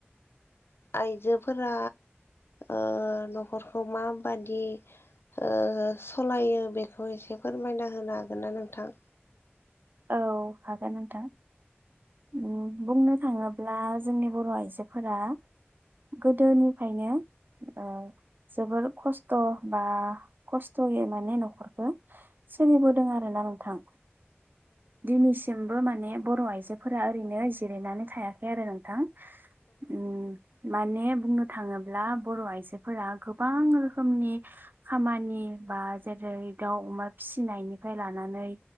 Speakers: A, on the left; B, on the right.
A: आइजोफोरा ओ न'खरखौ माबादि ओ सलायो बेखौ एसे फोरमायना होनो हागोन ना नोंथां।
B: औ हागोन नोंथां उम बुंनो थाङोब्ला। जोंनि बर' आइजोफोरा गोदोनिफायनो ओ जोबोर खस्थ' बा खस्थ'यै माने न'खरखो स सोलिबोदों आरो ना नोंथां। दिनैसिमबो माने बर' आइजोफोरा ओरैनो जिरायनानै थायाखै आरो नोंथां। उम। माने बुंनो थाङोब्ला बर' आइजोफोरा गोबां रोखोमनि खामानि। बा जेरै दाउ अमा फिसिनायनिफ्राय लानानै